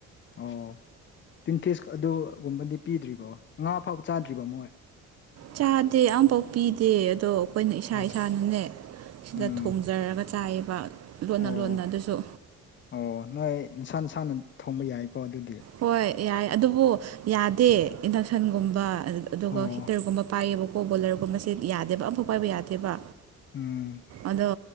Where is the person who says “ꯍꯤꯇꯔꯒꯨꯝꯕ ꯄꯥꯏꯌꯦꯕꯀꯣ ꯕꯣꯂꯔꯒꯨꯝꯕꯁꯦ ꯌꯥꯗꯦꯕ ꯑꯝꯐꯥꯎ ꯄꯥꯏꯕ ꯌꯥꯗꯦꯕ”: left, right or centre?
Right